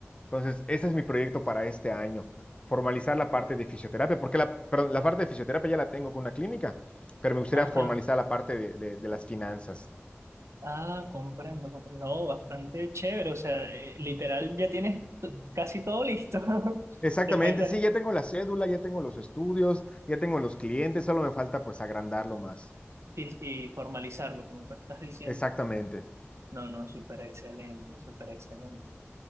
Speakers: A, on the left; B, on the right.
A: Entonces, ese es mi proyecto para este año, formalizar la parte de fisioterapia, porque la, perdón, la parte de fisioterapia ya la tengo con una clínica, pero me gustaría
B: ajá.
A: formalizar la parte de, de- de las finanzas.
B: Ah, comprendo, comprendo. No, bastante chévere. O sea, eh, literal, ya tienes t- casi todo listo. <laughs>
A: Exactamente,
B: Te falta.
A: sí, ya tengo la cédula, ya tengo los estudios, ya tengo los clientes, solo me falta pues agrandarlo más.
B: Sí, y formalizarlo, como tú estás diciendo.
A: Exactamente.
B: No, no, súper excelente, súper excelente.